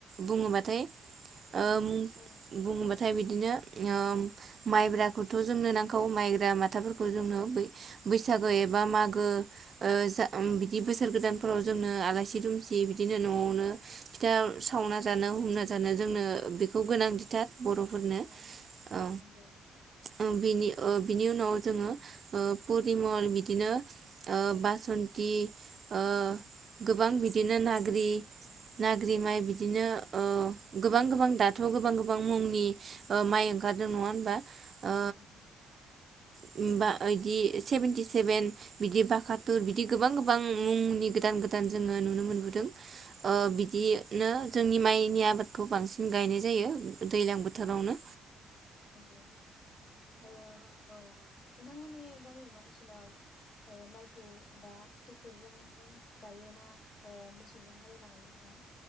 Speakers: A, on the right; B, on the left.
A: बुङोबाथाय ओम
B: औ
A: बुङोबाथाय बिदिनो ओ माइब्राखौथ' जोंनो नांगौ माइग्रा माथाफोरखौ जोंनो बैसागो एबा मागो ओ ओ सा बिदि बोसोर गोदानफोराव जोंनो आलासि
B: औ
A: दुमसि बिदिनो न'आव नो फिथा
B: औ
A: सावना जानो हमना जा जानो जोंनो बेखौ
B: औ
A: गोनांथिथार। बर'फोरनो
B: औ
A: औ
B: नंगौ
A: औ बिनि ओ बिनि उनाव जोङो ओ परिमल आरो बिदिनो ओ
B: औ
A: बासन्थि ओ गोबां बिदिनो नाग्रि
B: औ
A: नाग्रि माइ बिदिनो ओ गोबां गोबां दाथ' गोबां गोबां मुंनि
B: औ
A: माइ ओंखारदों नङा होनबा? अ
B: नंगौ नोंथां
A: ओमबा बिदि सेभेनटि सेभेन बिदि बाखाथुर बिदि गोबां गोबां गोबां मुंनि
B: औ
A: गोदान गोदान ओ नुनो मोनबोदों ओ बिदि नो जोंनि
B: औ
A: माइनि आबाद खौ बांसिन गायनाय जायो दैलां बोथोरावनो
B: औ नंगौ ओ औ नोंथांमोननि गामियावबो आ ओनसोलाव ओ माइखौ दा ट्रेक्टरजोंनो गायो ना ओ मोसौजों हालेवना गायो नोंथां